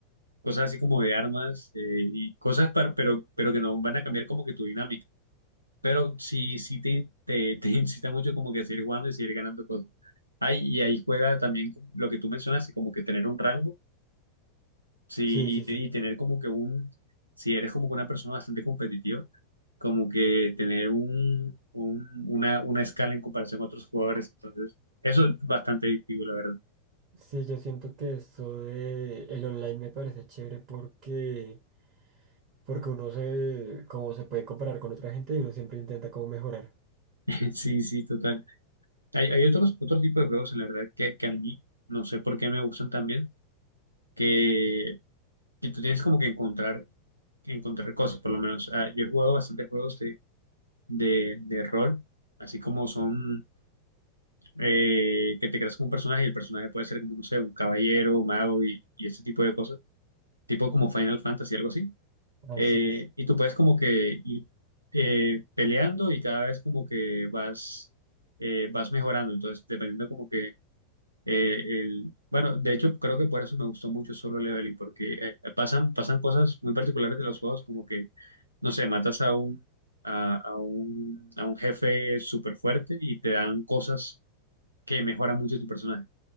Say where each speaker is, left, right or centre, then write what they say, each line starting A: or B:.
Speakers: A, on the right; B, on the right.
A: cosas así como de armas eh, y cosas, para, pero, pero que no van a cambiar como que tu dinámica. pero sí, sí te, te, te <laughs> incita mucho como que a seguir jugando y seguir ganando cosas. Ay, y ahí juega también lo que tú mencionaste, como que tener un rango, sí,
B: Sí,
A: y,
B: sí,
A: te-
B: sí.
A: y tener como que un, si eres como que una persona bastante competitiva, como que tener un, un- una, una escala en comparación a otros jugadores, entonces, eso es bastante adictivo, la verdad.
B: Sí, yo siento que eso de el online me parece chévere porque, porque uno se, como se puede comparar con otra gente y uno siempre intenta como mejorar.
A: <laughs> Sí, sí, total. Hay, hay otros, otro tipo de juegos, en la verdad, que, que a mí no sé por qué me gustan también, que y tú tienes como que encontrar, encontrar cosas, por lo menos. Ah, yo he jugado bastantes juegos de, de, de rol, así como son eh, que te creas como un personaje y el personaje puede ser como, no sé, un caballero, un mago y, y ese tipo de cosas, tipo como Final Fantasy, algo así.
B: Así.
A: Eh, y tú puedes como que ir eh, peleando y cada vez como que vas, eh, vas mejorando, entonces dependiendo como que eh, el- bueno, de hecho, creo que por eso me gustó mucho Solo Leveling, porque eh, pasan, pasan cosas muy particulares de los juegos, como que, no sé, matas a un, a, a un, a un jefe súper fuerte y te dan cosas que mejoran mucho tu personaje.